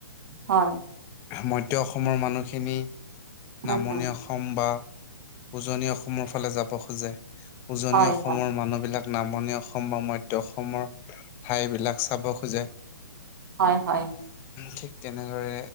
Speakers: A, on the right; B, on the left.
A: হয়
B: মধ্য অসমৰ মানুহখিনি
A: উম
B: নামনি
A: উম
B: অসম বা উজনি অসমৰ ফালে যাব খোজে উজনি
A: হয়
B: অসমৰ
A: হয়
B: মানুহবিলাক নামনি অসম বা মধ্য অসমৰ ঠাই বিলাক চাব খোজে
A: হয় হয়
B: ঠিক তেনেদৰে